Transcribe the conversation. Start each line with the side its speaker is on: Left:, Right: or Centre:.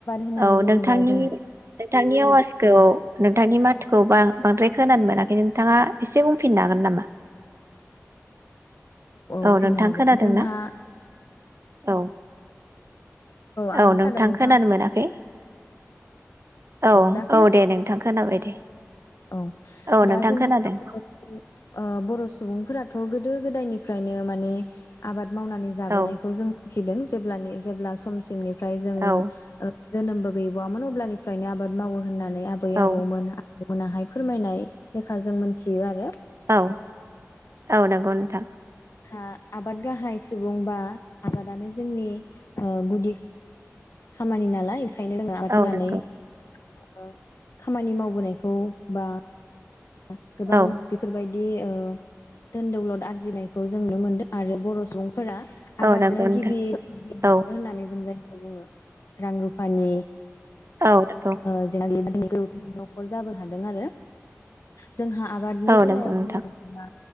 Left: होननानै
Right: औ
Left: बुङोब्ला
Right: नोंथांनि
Left: जोंहा
Right: नोंथांनि आवाजखौ नों नोंथांनि माथोखौ बां-बांद्राय खोनानो मोनाखै नोंथाङा इसे बुंफिननो हागोन नामा? औ
Left: बुंफिननो
Right: नोंथां
Left: हागोन
Right: खोनादोंना
Left: जोंहा
Right: औ
Left: आं
Right: औ नोंथां
Left: खोनादों नोंथाङा
Right: खोनानो मोनाखै औ
Left: दा खोना
Right: औ दे नोंथां खोनाबाय दे
Left: औ
Right: औ
Left: दा
Right: नोंथां
Left: जोंहा
Right: खोनादों
Left: <unintelligible> ओ बर' सुबुंफोराथ' थ' गोदो गोदायनिफ्रायनो माने आबाद मावनानै जाबोनायखौ
Right: औ
Left: जों मिथिदों जेब्लानि जेब्ला समसिमनि ओमफ्राय जोङो
Right: औ
Left: ओ जोनोमबो गैबावोन अब्लानिफ्रायनो आबाद मावो होननानै नानै आबै
Right: औ
Left: आबौमोन हा मोनाहाय फोरमायनाय लेखा जों मोनथियो आरो
Right: औ औ नंगौ नोंथां
Left: आ आबाद गाहाय सुबुं बा आबादानो जोंनि ओ गुदि खामानि नालाय ओंखायनो जोङो आबाद
Right: औ
Left: मावनानै
Right: नंगौ
Left: ओ खामानि मावबोनायखौ बा <unintelligible> गोबां
Right: औ
Left: बेफोरबायदि दि ओ धोनदौलद आरजिनायखौ जों नुनो मोनदों आरो बर' सुबुं फोर आबादजोंनो
Right: औ नंगौ नोंथां
Left: गिबि <unintelligible>
Right: औ
Left: जों जायो। बुङो रां रुफानि
Right: औ नंगौ
Left: ओ <unintelligible> <unintelligible> न'खर जाबो हादों आरो जोंहा आबादनि
Right: औ
Left: बेलायाव
Right: नंगौ नोंथां
Left: बुंनो थाङोबा